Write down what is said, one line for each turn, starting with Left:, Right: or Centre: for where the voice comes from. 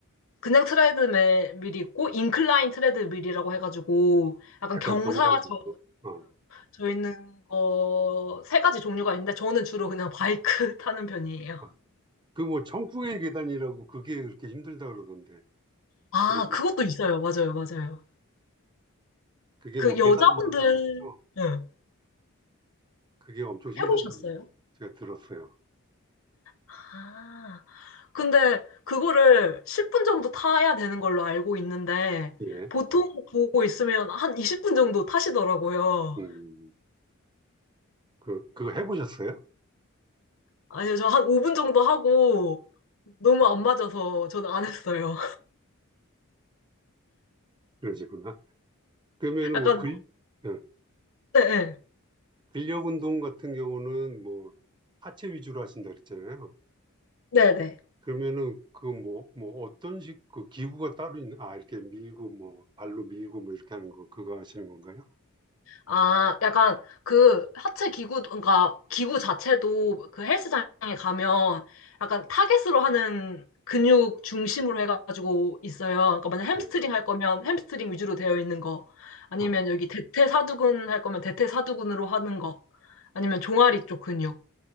Left: 그냥 트레드 밀- 밀이 있고 인클라인 트레드 밀이라고 해가지고 약간
Right: 약간
Left: 경사져
Right: 경사진으로? 어.
Left: 저, 응, 있는 거 세 가지 종류가 있는데 저는 주로 그냥 바이크 <laughs> 타는 편이에요.
Right: 어. 그 뭐 정풍의 계단이라고 그게 그렇게 힘들다 그러던데
Left: 아,
Right: 그러시
Left: 그것도
Right: 거예요?
Left: 있어요. 맞아요, 맞아요.
Right: 그게
Left: 그
Right: 뭐 계단
Left: 여자분들
Right: 올라가는 거죠?
Left: 응.
Right: 그게 엄청 힘들다고
Left: 해보셨어요?
Right: 제가 들었어요.
Left: 아, 근데 그거를 10분 정도 타야 되는 걸로 알고 있는데
Right: 예.
Left: 보통 보고 있으면 한 20분 정도 타시더라고요.
Right: 음. 그 그거 해보셨어요?
Left: 아니요, 저 한 5분 정도 하고 너무 안 맞아서 저는 안 했어요.
Right: 그러시구나. 그러면은
Left: <laughs> 약간,
Right: 뭐 근, 예,
Left: 네, 네.
Right: 근력 운동 같은 경우는 뭐 하체 위주로 하신다 그랬잖아요.
Left: 네네.
Right: 그러면은 그 뭐 뭐 어떤 식 그 기구가 따로 있는 아 이렇게 밀고 뭐 발로 밀고 뭐 이렇게 하는 거 그거 하시는 건가요?
Left: 아, 약간 그 하체 기구, 그러니까 기구 자체도 그 헬스장에 가면 약간 타겟으로 하는 근육 중심으로 해가지고 있어요. 그러니까 만약 햄스트링
Right: 네.
Left: 할 거면 햄스트링 위주로 되어 있는 거, 아니면
Right: 아,
Left: 여기 대퇴사두근 할 거면 대퇴사두근으로 하는 거, 아니면 종아리 쪽 근육.